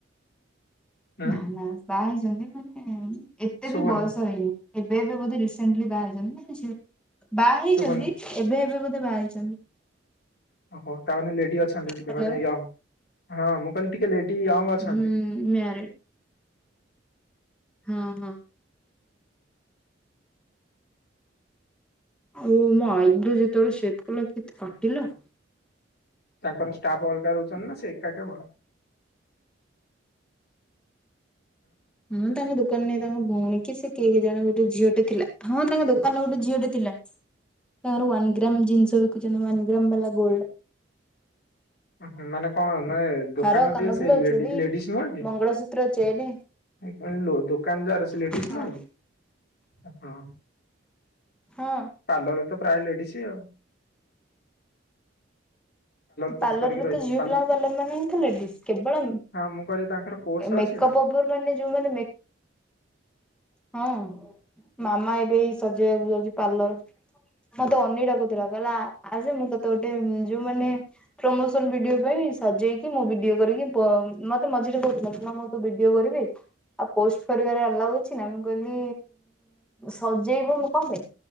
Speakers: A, on the left (about 55°); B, in the centre.
A: ହୁଁ
B: ନା ନା କାଇ ମାନେ ଏତେ
A: ଶୁଭୁନି
B: ବି ବୟସ ହେଇନି ଏବେ ଏବେ ବୋଧେ ରିସେଣ୍ଲି ବାହା ହେଇଛନ୍ତି ବା ହେଇଛନ୍ତି
A: ଶୁଭୁନି
B: ଏବେ ଏବେ ମେ କେତେ ବାହାରଇଛନ୍ତିଛନ୍ତି
A: ଓହୋ ତାମାନୋନେ ଲେଡି ଅଛନ୍ତି ଟିକେ
B: ହ୍ୟାଲୋ।
A: ମାନେ ୟଙ୍ଗ ହଁ ମୁଁ କ ିକେ ଲେଟି ଆ ଅଛନ୍ତି
B: ହୁଁ ମ୍ୟାରେଡ ହଁ ହଁ ଆଉ ମୋ ଆଇଗୁ ଯେତେବେଳେ ସେଫ କଲା କେତେ କାଟିଲ
A: ତାଙ୍କର ଷ୍ଟାଫ ଅଲଗା ରହୁଛନ୍ତି ନା ସୋକ ବଡ
B: ହଁ ତାମେ ଦୁଖ ଦୋକାନ ତାଙ୍କ ଭଉଣୀ ସେ ଜଣେ ଗୋଟେ ଝିଅଟେ ଥିଲା ହଁ ତାଙ୍କ ଦୋକାନରେ ଗୋଟେ ଝିଅଟେ ଥିଲା ତାଙ୍କର ଗ୍ରାମ ଜିନିଷ ବିକୁଛନ୍ତି ଗ୍ର ବାଲା ଗୋ
A: ଓ ହ ମାନେ କଣ ନେ ଦୋକାନ
B: ହାର, କାନଫୁଲ,
A: ଯି ସେ
B: ଚୁଡ଼ି,
A: ଲେଡିଜ ନୁହଁ କି
B: ମଙ୍ଗଳସୂତ୍ର, ଚେନ୍
A: ଦୋକାନ ଦାର ସେ ଲେଡିଜ
B: ହଁ
A: ନ ଆପଣ
B: ହଁ
A: ପାର୍ଲରରେ ତ ପ୍ରାୟ ଲେଡିଜ ଆଉ କୋର୍ସ
B: ପାର୍ଲର
A: କରିକି
B: ରେ
A: ରହିଥିବି
B: ତ ଝିଅ ପିଲାଙ୍କ ପାର୍ଲର ମାନେ ହିଁ ତଡି କେବଳ
A: ହଁ ମୁଁ କହିଲି ତାଙ୍କର କୋର୍ସ ଅଛି
B: ମେକପ
A: ନା?
B: ମାନେ ଯୋଉମାନେ ହଁ ମାମା ଏବେ ସଜେଇବାକୁ ଯାଉଛି ପାର୍ଲର ମତେ ଅନିଟା କହୁଥିଲା କହିଲା ଆ ମୁଁ ତତେ ଗୋଟେ ଯୋଉ ମାନେ ପ୍ରମୋସନ ଭିଡିଓ ପାଇଁ ସଜେଇକି ମୋ ଭିଡିଓ କରିକି ମତେ ମଝିରେ କହୁଥିଲା ମୁଁ ତ ଭିଡିଓ କରିବି ଆଉ ପୋଷ୍ଟ କରିବ ହ କିଛି ନା ମୁଁ କହିଲି ସଜେଇବୁ ମୁଁ କେ କହିଲ